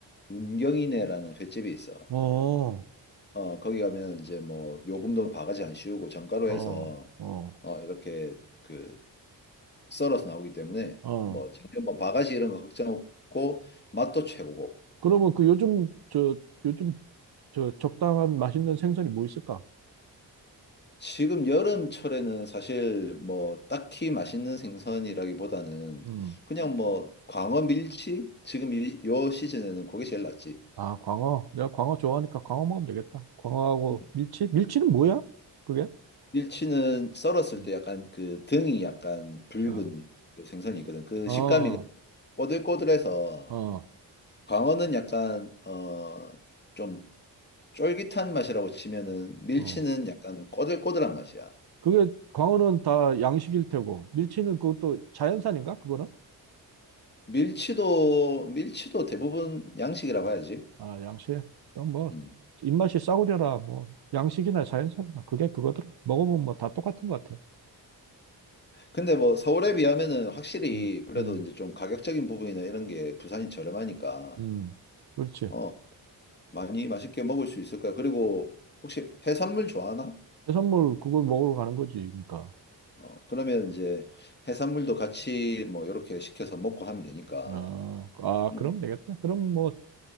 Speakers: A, on the left (about 25°); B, on the right (about 60°).
A: 운경이네라는 횟집이 있어.
B: 어. 어,
A: 어, 거기 가면 이제 뭐 요금도 바가지 안 씌우고 정가로
B: 어,
A: 해서
B: 어,
A: 어, 이렇게 그 썰어서 나오기 때문에
B: 어.
A: 뭐 전혀 뭐 바가지 이런 거 걱정 없고 맛도 최고고.
B: 그러면 그 요즘 저 요즘 저 적당한 맛있는 생선이 뭐 있을까?
A: 지금 여름철에는 사실 뭐 딱히 맛있는 생선이라기보다는
B: 음.
A: 그냥 뭐 광어 밀치? 지금 이, 요 시즌에는 그게 제일 낫지.
B: 아, 광어. 내가 광어 좋아하니까 광어 먹으면 되겠다. 광어하고
A: 음.
B: 밀치? 밀치는 뭐야? 그게?
A: 밀치는 썰었을
B: 음.
A: 때 약간 그 등이 약간 붉은
B: 어.
A: 그 생선이 있거든. 그
B: 어.
A: 식감이 꼬들꼬들해서
B: 어.
A: 광어는 약간 어 좀 쫄깃한 맛이라고 치면은 밀치는
B: 어.
A: 약간 꼬들꼬들한 맛이야.
B: 그게 광어는 다 양식일 테고 밀치는 그것도 자연산인가? 그거는?
A: 밀치도 밀치도 대부분 양식이라 봐야지.
B: 아, 양식. 그럼 뭐
A: 음.
B: 입맛이 싸구려라. 뭐 양식이나 자연산이나 그게 그거들 먹으면 뭐 다 똑같은 것 같아.
A: 근데 뭐 서울에 비하면은 확실히
B: 음.
A: 그래도
B: 음.
A: 이제 좀 가격적인 부분이나 이런 게 부산이 저렴하니까
B: 음. 그렇지.
A: 어 많이 맛있게 먹을 수 있을 거야. 그리고 혹시 해산물 좋아하나?
B: 해산물 그걸 먹으러 가는 거지, 그러니까.
A: 어 그러면 이제 해산물도 같이 뭐 이렇게 시켜서 먹고 하면 되니까.
B: 아, 아,
A: 음.
B: 그럼 되겠다. 그럼 뭐,